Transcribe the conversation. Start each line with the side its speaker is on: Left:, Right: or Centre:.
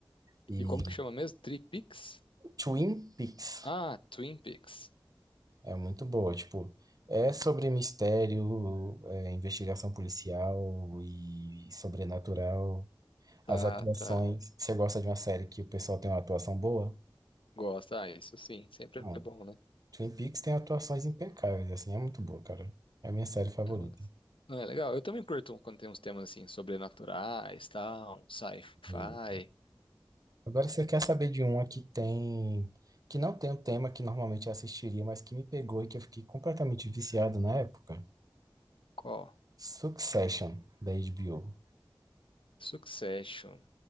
Right: E
Left: E como que chama mesmo? Tripix?
Right: Twin Peaks
Left: Ah, Twin Peaks.
Right: é muito boa. Tipo, é sobre mistério, é, investigação policial e sobrenatural.
Left: Tá,
Right: As atuações.
Left: tá.
Right: Você gosta de uma série que o pessoal tem uma atuação boa?
Left: Gosta, ah, isso sim, sempre
Right: Bom,
Left: é bom, né?
Right: Twin Peaks tem atuações impecáveis. Assim, é muito boa, cara. É a minha série favorita.
Left: Mas- Não, é legal. Eu também curto um, quando tem uns temas assim, sobrenaturais, tal, um sci-fi.
Right: E agora você quer saber de uma que tem. Que não tem o tema que normalmente eu assistiria, mas que me pegou e que eu fiquei completamente viciado na época.
Left: Qual?
Right: Succession, da HBO.
Left: Succession.